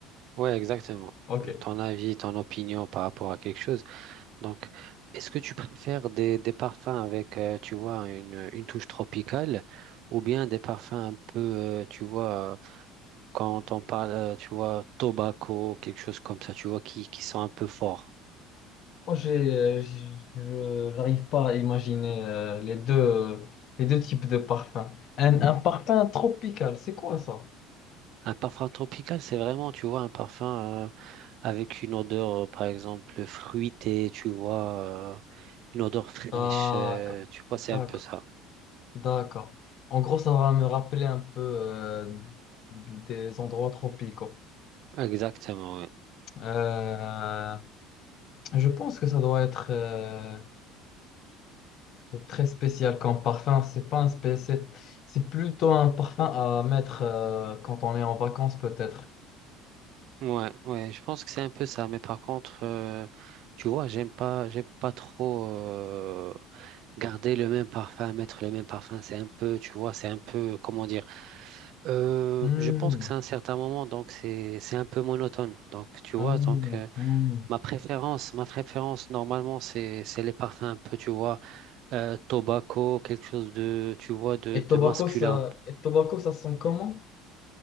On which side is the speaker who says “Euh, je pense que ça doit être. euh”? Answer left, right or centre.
Left